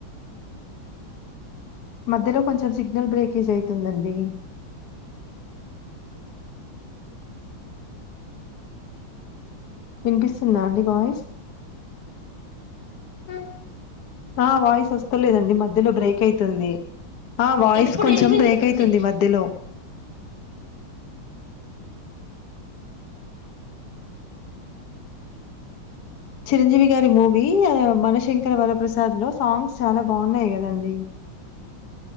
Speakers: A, on the left; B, on the left.
A: మధ్యలో కొంచెం సిగ్నల్ బ్రేకేజ్ అయితుందండి. వినిపిస్తుందా అండి వాయిస్
B: ఉ స
A: ఆ వాయిస్ వస్తలేదండి మధ్యలో బ్రేక్ అయితుంది ఆ వాయిస్
B: ఇప్పుడు
A: కొంచెం
B: వినిపిస్తుంది
A: బ్రేక్ అయితుంది మధ్యలో చిరంజీవి గారి మూవీ మనశంకర వరప్రసాద్ లో సాంగ్స్ చాలా బాగున్నాయి కదండి